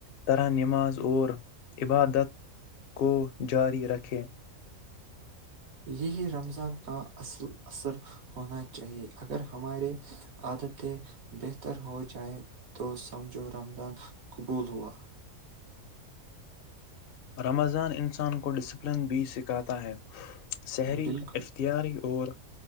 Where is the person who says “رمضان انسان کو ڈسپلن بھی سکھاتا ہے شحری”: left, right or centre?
Left